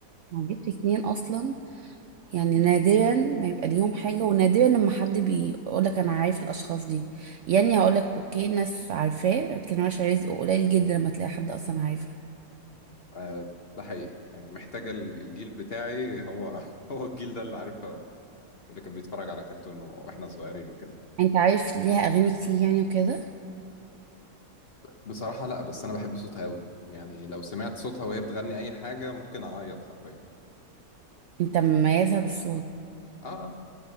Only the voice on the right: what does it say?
ما جبت اتنين اصلا يعني نادرا ما يبقى ليهم حاجة ونادرا لما حد بيقولك أنا عارف الأشخاص دي يعني هقولك أوكي ناس عارفاه لكن ورشة رزق قليل جدا لما تلاقي حد أصلا عارفها
أنت عارف ليها أغاني كتير يعني وكده
أنت مميزها بالصوت